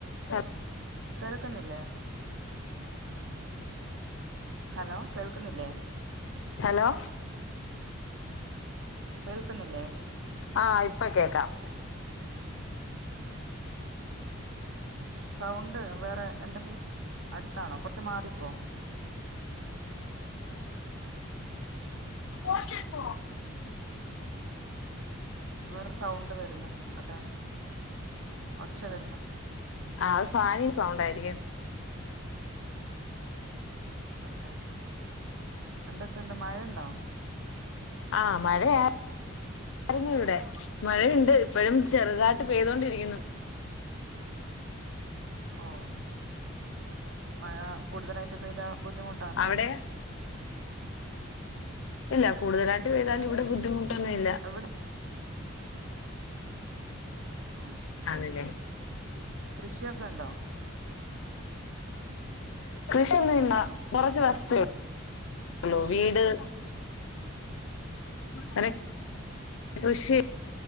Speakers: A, on the left; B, on the right.
A: ആ
B: കേൾക്കുന്നില്ലേ ഹലോ കേൾക്കുന്നില്ലേ
A: ഹലോ
B: കേൾക്കുന്നില്ലേ
A: ആ ഇപ്പൊ കേക്കാം
B: സൗണ്ട് വേറെ എന്തെങ്കിലും അടുത്താണോ കൊറച്ച് മാറിക്കുവോ
A: കോട്ടിക്ക
B: വറ സൗണ്ട് വരുന്നത് അതാണോ ഒച്ച വരുന്നു
A: ആ സാനിയ സൗണ്ട ആയിരിക്കും
B: ക്കെ എന്തൊ ഒക്ക ഇണ്ടോ മഴ ഉണ്ടോ
A: ആ മഴയാ ഉ മഴയുണ്ട് ഇപ്പോഴും ചെറുകാ ട്ട് പെയ്തൊണ്ടിരിക്കുന്നു
B: ഓ മഴ കൂടുതലായിട്ട് പെയ്താ ബുദ്ധിമുട്ടാണ്ടോ
A: അവിടെയാ ഇല്ല കൂടുതലായിട്ട് പെയ്താല് ഇവിടെ ബുദ്ധിമു ട്ടൊന്നുല്ല.
B: എവിടെ ഉം
A: ആന്ന്ലേ
B: കൃഷിയൊക്കെ ണ്ടോ?
A: കൃഷിയൊന്നുല്ല. കൊറച്ച് വസ്തു
B: കൃഷിയൊ
A: ഉള്ളു വീട് അ കൃഷി